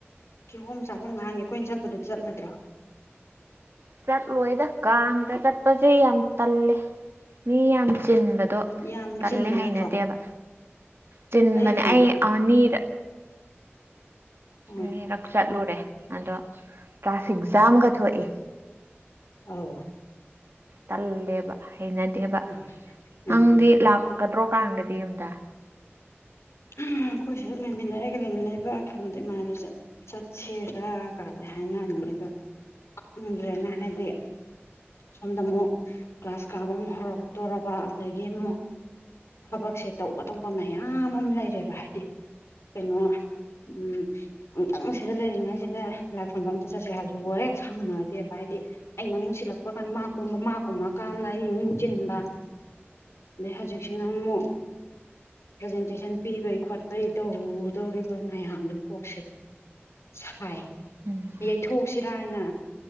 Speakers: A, on the left; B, on the right.
A: ꯀꯤꯍꯣꯝ ꯆꯥꯐꯝ ꯉꯍꯥꯡꯒꯦ ꯑꯩꯈꯣꯏꯅ ꯆꯠꯄꯗ ꯆꯠꯂꯣꯏꯗ꯭ꯔꯣ <unintelligible>
B: ꯆꯠꯂꯣꯏꯗ ꯀꯥꯡꯒ ꯆꯠꯄꯁꯦ ꯌꯥꯝ ꯇꯜꯂꯦ ꯃꯤ ꯌꯥꯝ ꯆꯤꯟꯕꯗꯣ
A: ꯌꯥꯝ
B: ꯇꯜꯂꯦ
A: ꯆꯤꯟꯕ
B: ꯍꯩꯅꯗꯦꯕ
A: ꯅꯠꯇ꯭ꯔꯣ
B: ꯇꯤꯟꯚ
A: ꯑꯩꯒꯤ ꯑꯣꯏꯅꯗꯤ
B: ꯑꯩꯅꯤꯔ
A: ꯀ ꯎꯝ
B: ꯑꯅꯤꯔꯛ ꯆꯠꯂꯨꯔꯦ ꯑꯗꯣ ꯇ꯭ꯔꯥꯐꯤꯛ ꯖꯥꯝꯒ ꯊꯣꯛꯑꯦ
A: ꯑꯥꯎ
B: ꯇꯜꯂꯦꯕ ꯍꯩꯅꯗꯦꯕ
A: ꯎꯝ
B: ꯅꯪꯗꯤ
A: ꯎꯝ
B: ꯂꯥꯛꯀꯗ꯭ꯔꯣ ꯀꯥꯡꯒꯗꯤ ꯌꯨꯝꯗ
A: ꯎꯝ ꯑꯩꯈꯣꯏ ꯁꯤꯗ ꯂꯩꯃꯤꯟꯅꯔꯒ ꯂꯩꯃꯤꯟꯅꯕ ꯀꯩꯅꯣꯗꯣ ꯏꯃꯥꯟꯅꯗ ꯆꯠꯁꯤꯔꯥ ꯀꯗ ꯍꯥꯏꯅꯔꯝꯃꯤ ꯎ꯭ꯔꯦ ꯅ ꯍꯥꯏꯗꯤ ꯁꯣꯝꯗ ꯑꯃꯨꯛ ꯒ꯭ꯂꯥꯁ ꯀꯥꯕ ꯑꯃ ꯍꯧꯔꯛꯇꯣꯔꯔꯕ ꯑꯗꯒꯤ ꯑꯃꯨꯛ ꯊꯕꯛꯁꯦ ꯇꯧꯕ ꯇꯧꯕ ꯃꯌꯥꯝ ꯑꯃ ꯂꯩꯔꯦꯕ ꯍꯥꯏꯗꯤ ꯀꯩꯅꯣ ꯎꯝ ꯑꯛꯇꯪ ꯁꯤꯗ ꯂꯩꯔꯤꯉꯩꯁꯤꯗ ꯂꯥꯏꯛꯐꯝꯝꯕ ꯑꯝꯇ ꯆꯠꯁꯦ ꯍꯥꯏꯕꯁꯨ ꯍ ꯍꯦꯛ ꯁꯪꯅꯗꯦꯕ ꯍꯥꯏꯗꯤ ꯑꯩꯅ ꯑꯃꯨꯛ ꯁꯤꯜꯂꯛꯄ ꯀꯥꯟꯗ ꯃꯥ ꯀꯨꯝꯕ ꯃꯥ ꯀꯨꯝꯃꯀꯥꯟꯗ ꯑ ꯅꯨꯡ ꯆꯤꯟꯕ ꯑꯗꯩ ꯍꯧꯖꯤꯛ ꯏꯅꯃꯨ ꯄ꯭ꯔꯖꯦꯟꯇꯦꯁꯟ ꯄꯤꯕꯩ ꯈꯣꯠꯄꯩ ꯇꯧꯗꯧꯔꯤꯕ ꯃꯌꯥꯝꯗꯨ ꯀꯣꯛꯁꯦ ꯁꯥꯏ
B: ꯎꯝ
A: ꯌꯩꯊꯣꯛꯁꯤꯔꯅ